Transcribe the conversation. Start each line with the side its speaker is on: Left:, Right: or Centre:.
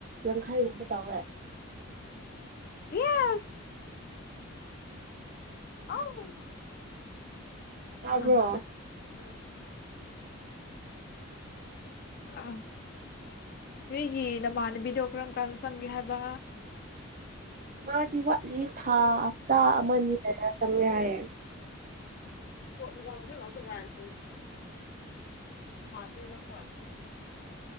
Right: ꯌꯥꯡꯈꯩꯒꯨꯝꯕ ꯇꯧꯋꯦ
Left: ꯌꯦꯁ ꯑꯧ ꯑ
Right: ꯇꯥꯕ꯭ꯔꯣ
Left: ꯑ ꯅꯒꯤ ꯅꯃꯥꯟꯅꯕꯤꯗꯣ ꯀꯔꯝ ꯀꯥꯟꯗ ꯆꯪꯒꯦ ꯍꯥꯏꯕ
Right: ꯃꯥꯗꯤ ꯋꯥꯠꯂꯤ ꯊꯥ ꯍꯞꯇꯥ ꯑꯃꯅꯤ ꯍꯥꯏꯅ ꯆꯪꯦ ꯍꯥꯏꯌꯦꯦ
Left: <unintelligible> ꯑꯥ ꯇ ꯂꯈꯗ